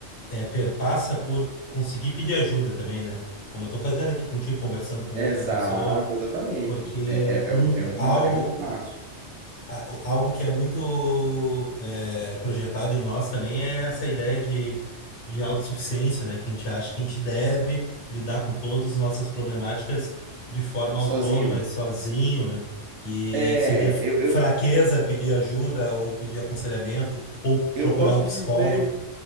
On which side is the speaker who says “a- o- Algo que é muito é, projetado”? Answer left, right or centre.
Left